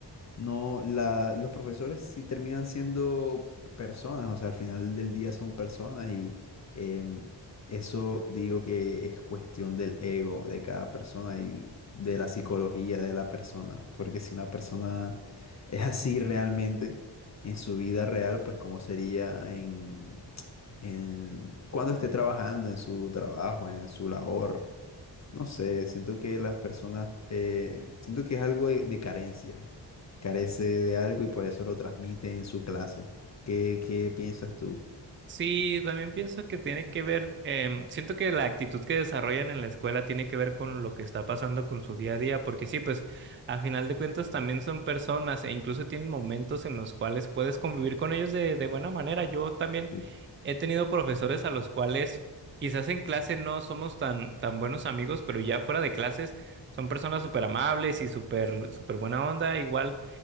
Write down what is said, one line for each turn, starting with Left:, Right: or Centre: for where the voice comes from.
Left: no, la, los profesores sí terminan siendo eh, personas, o sea, al final del día son personas y em, eso digo que es cuestión del ego de cada persona y de la psicología de la persona, porque si una persona <laughs> es así realmente en su vida real, pues cómo sería en, en cuando esté trabajando, en su trabajo, en su labor. No sé, siento que las personas, eh, siento que es algo de, de carencia, carece de algo y por eso lo transmite en su clase. ¿Qué, qué piensas tú?
Right: Sí, también pienso que tiene que ver, em, siento que la actitud que desarrollan en la escuela tiene que ver con lo que está pasando con su día a día, porque sí, pues a final de cuentas también son personas e incluso tienen momentos en los cuales puedes convivir con ellos de, de buena manera. Yo también
Left: Sí,
Right: he tenido profesores a los cuales quizás en clase no somos tan, tan buenos amigos, pero ya fuera de clases son personas súper amables y súper, súper buena onda, igual.